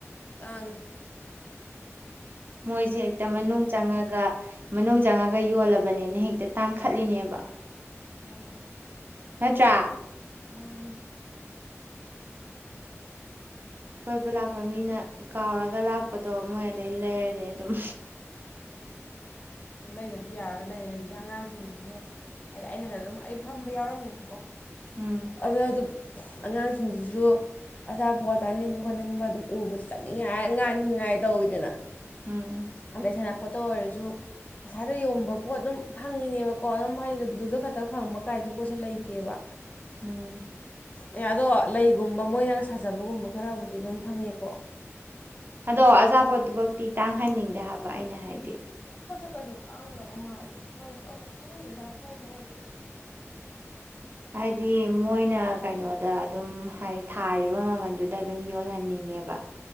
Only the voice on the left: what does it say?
ꯇꯥꯡꯉꯤ
ꯑꯥ
ꯃꯥꯅꯤ
ꯑꯗꯨꯝ ꯂꯩꯗꯕꯗꯤ ꯌꯥꯔ ꯂꯩꯔꯅꯤ ꯑꯗꯨꯗꯩ ꯑꯉꯥꯡꯁꯤꯡꯁꯤꯁꯨ ꯍꯥꯏ ꯑꯩꯅꯪ ꯑꯗꯨꯝ ꯑꯩ ꯐꯝꯕ ꯌꯥꯎꯔꯝꯃꯦꯕꯀꯣ
ꯑꯗ ꯑꯗꯨꯝ ꯑꯉꯥꯡꯁꯤꯡꯁꯤꯁꯨ ꯑꯆꯥꯄꯣꯠ ꯆꯥꯅꯤꯡ ꯈꯣꯠꯅꯤꯡꯕ ꯑꯗꯨꯝ ꯎꯕꯁꯤ ꯆꯥꯅꯤꯡꯉꯥꯏ ꯍꯥꯏꯔ ꯉꯥꯡꯅꯤꯡꯉꯥꯏ ꯇꯧꯋꯤꯗꯅ
ꯑꯗꯩ ꯁꯥꯟꯅꯄꯣꯠꯇ ꯑꯣꯏꯔꯁꯨ ꯑꯁ꯭ꯋꯥꯏꯗ ꯌꯣꯟꯕ ꯄꯣꯠ ꯑꯗꯨꯝ ꯐꯪꯉꯤꯅꯦꯕ ꯀꯣ ꯑꯗꯨꯝ ꯍꯥꯏꯗꯤ ꯑꯗꯨꯗ ꯈꯛꯇ ꯐꯪꯕ ꯀꯥꯏꯁꯦ ꯄꯣꯠꯁꯦ ꯂꯩꯇꯦꯕ
ꯑꯦ ꯑꯗꯣ ꯂꯩꯒꯨꯝꯕ ꯃꯣꯏꯅꯒ ꯁꯥꯖꯕꯒꯨꯝꯕ ꯈꯔꯕꯨꯗꯤ ꯑꯗꯨꯝ ꯐꯪꯉꯦꯀꯣ
ꯀꯁꯨ ꯇꯥꯡꯗꯕ ꯃꯥꯜꯂꯤ ꯑꯩꯈꯣꯏꯅ ꯑꯃꯨꯛ ꯈꯪꯗꯦꯗ ꯑꯩꯈꯣꯏꯗ ꯑꯣꯏꯕꯩꯔ